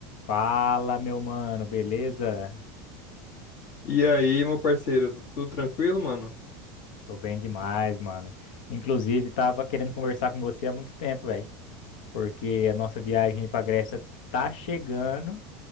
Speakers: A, on the left; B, on the left.
A: Fala, meu mano, beleza?
B: E aí, meu parceiro, tudo tranquilo, mano?
A: Tô bem demais, mano. Inclusive, tava querendo conversar com você há muito tempo, velho, porque a nossa viagem pra Grécia tá chegando